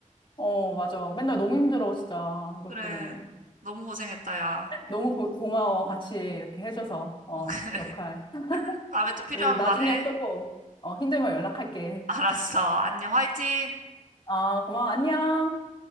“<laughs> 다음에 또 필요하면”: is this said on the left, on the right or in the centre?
Right